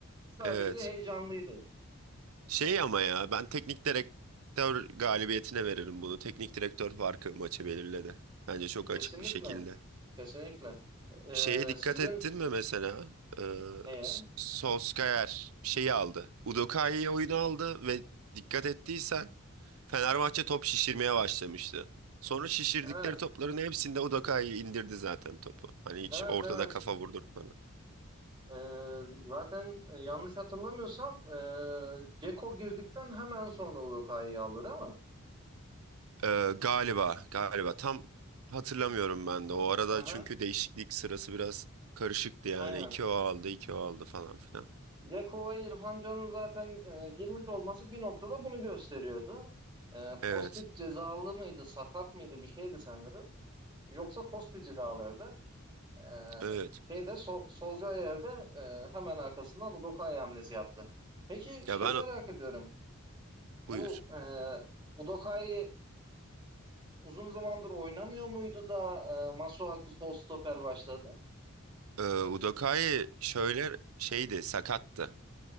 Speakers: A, on the right; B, on the right.
A: Sadece
B: Evet.
A: heyecanlıydı.
B: Şey ama ya ben teknik direktör galibiyetine veririm bunu. Teknik direktör farkı maçı belirledi. Bence çok
A: Kesinlikle,
B: açık bir şekilde.
A: kesinlikle. Ee,
B: Şeye dikkat
A: sizin
B: ettin mi mesela? Ee,
A: neye?
B: S- Solskjaer şeyi aldı. Udoka'yı oyunu aldı ve dikkat ettiysen Fenerbahçe top şişirmeye başlamıştı. Sonra şişirdikleri
A: Evet,
B: topların hepsinde Udoka'yı indirdi zaten topu. Hani hiç
A: evet,
B: ortada
A: evet.
B: kafa vurdurtmadı.
A: Ee, zaten yanlış hatırlamıyorsam ee, Ceko girdikten hemen sonra Luka'yı aldı değil mi?
B: Ee, galiba, galiba. Tam hatırlamıyorum ben de. O arada
A: Aha,
B: çünkü değişiklik sırası biraz karışıktı yani.
A: aynen.
B: İki o aldı, iki o aldı falan filan.
A: Ceko ve İrfan Can'ın zaten ee, girmiş olması bir noktada bunu gösteriyordu. Ee,
B: Evet,
A: Kostic cezalı mıydı, sakat mıydı bir şeydi sanırım. Yoksa Kostic'i de alırdı. Ee,
B: evet.
A: şeyde sol, Solskjaer'de e, hemen arkasından Udokai hamlesi yaptı. Peki
B: Ya
A: şeyi
B: ben...
A: merak ediyorum. Bu
B: Buyur.
A: e, Udokai uzun zamandır oynamıyor muydu da e, Masuaku sol stoper başladı?
B: Ee, Udokai şöyle şeydi sakattı.